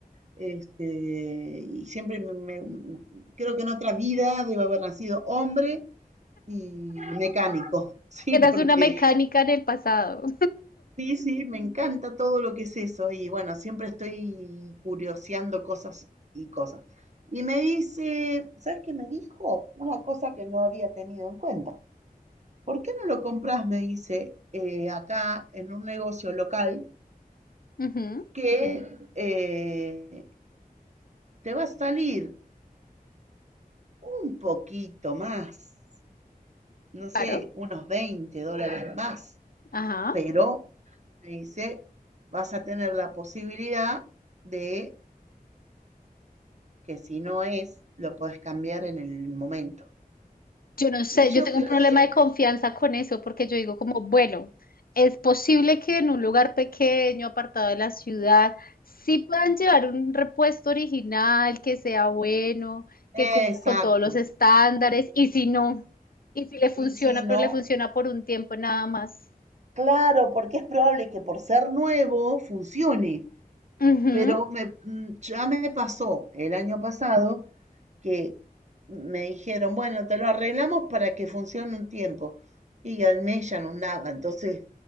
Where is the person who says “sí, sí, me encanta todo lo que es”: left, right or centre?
Right